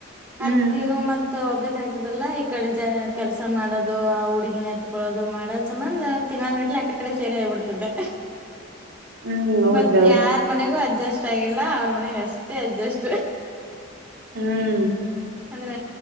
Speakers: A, on the right; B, in the centre.
A: ಹ್ಮ್
B: ಅತ್ತಿನ ಮತ್ತ ಹೋಗ್ಬೇಕ ಆ್ತರಲ್ಲಾ ಈ ಕಡೆ ಜ ಕೆಲ್ಸ ಮಾಡೋದು ಆ ಹುಡುಗಿನ ಎತ್ಕೊಳ್ಳೋದು ಮಾಡೋದ್ ಸಮಬನ್ ತಿಂಗಗಳಂದ್ ಗಟ್ಲೆ ಯಕಡೆ ಸೇರಿ ಆಗಿಬಿಡ್ತಿದ್ದೆ
A: ಹ್ಮ್ ಹೌದ್ರಿ
B: ಮತ್ತ
A: ಹೌದು
B: ಯಾರ್ ಮನೆಗೂ ಅಡ್ಜಸ್ಟ್ ಆಗಿಲ್ಲ ಅವ್ರ ಮನೆಗ್ ಅಷ್ಟೇ ಅಡ್ಜಸ್ಟ್
A: ಹ್ಮ್
B: ಅಂದ್ರ